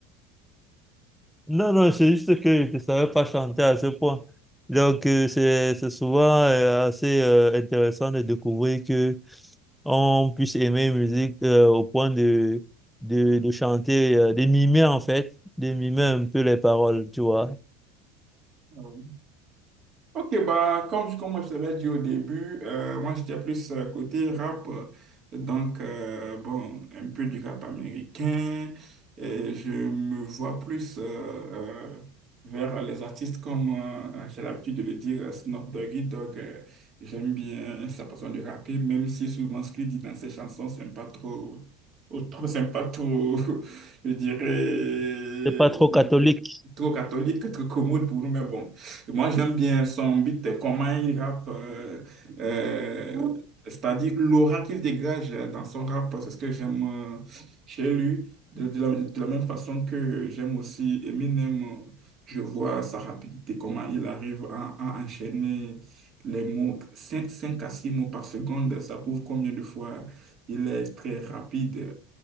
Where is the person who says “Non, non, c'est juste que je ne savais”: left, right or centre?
Centre